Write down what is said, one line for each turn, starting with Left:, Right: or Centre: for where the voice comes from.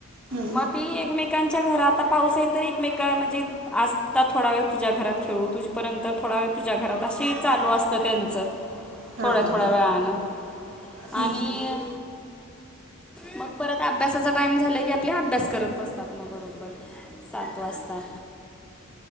Right: हम्म
Centre: मग ते एकमेकांच्या घर आता पाऊस आहे तर एकमेकां म्हणजे आजता थोडा वेळ तुझ्या घरात खेळू तुझ्यापर्यंत थोडा वेळ तुझ्या घरात असं चालू असतं त्यांचं.
Right: हा
Centre: थोड्या
Right: हा
Centre: थोड्या
Right: हा
Centre: वेळानं. आणि
Right: हम्म
Centre: मग परत अभ्यासाचा टाइम झाला की आप आपले अभ्यास करत बसतात मग बरोबर सात वाजता.